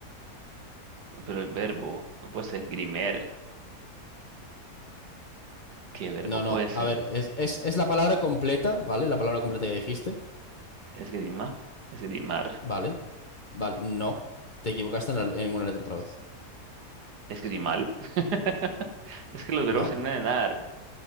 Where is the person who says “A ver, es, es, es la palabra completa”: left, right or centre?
Left